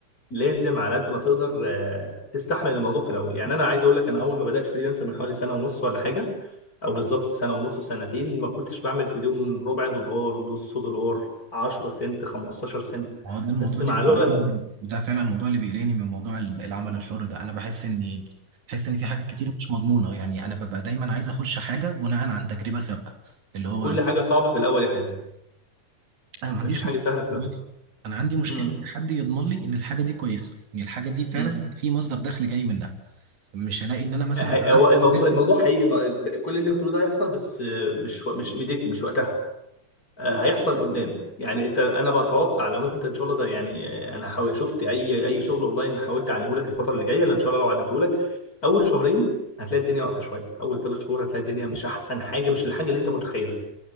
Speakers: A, on the left; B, on the right.
A: لازم على قد ما تقدر آه، تستحمل الموضوع في الاول يعني انا عايز اقول لك انا اول ما بدات فريلانسر من حوالي سنه ونص ولا حاجه او بالظبط سنه ونص سنتين ما كنتش بعمل في اليوم ربع دولار نص دولار 10 سنت 15 سنت
B: هو ده الموضوع
A: بس
B: اللي
A: مع
B: بيقلقني
A: الوقت
B: من- ده فعلا الموضوع اللي بيقلقني من موضوع ال- العمل الحر ده انا بحس اني بحس ان في حاجات كتير مش مضمونه يعني انا ببقى دايما عايز اخش حاجه بناء عن تجربه سابقه اللي هو
A: كل
B: انا
A: حاجه صعبه في الاول يا حازم
B: انا ما عنديش
A: مفيش حاجه
B: مشكله
A: سهله في الاول
B: دلوقتي. انا عندي مشكله
A: امم
B: ان حد يضمن لي ان الحاجه دي كويسه ان الحاجه دي فعلا
A: امم
B: في مصدر دخل جاي منها مش هلاقي ان انا مثلا
A: هو
B: قعدت
A: الموضوع
B: فضلت-
A: الموضوع حقيقي الم- كل اللي انت بتقوله ده هيحصل بس آه، مش مش ميديتلي مش وقتها آه، هيحصل قدام يعني انت انا بتوقع لو انت ان شاء الله ده يعني آه، انا حاول شفت اي اي شغل اونلاين حاولت اعلمه لك الفتره اللي جايه لان ان شاء الله لو علمته لك اول شهرين هتلاقي الدنيا واقفه شويه اول ثلاث شهور هتلاقي الدنيا مش احسن حاجه مش الحاجه اللي انت متخيلها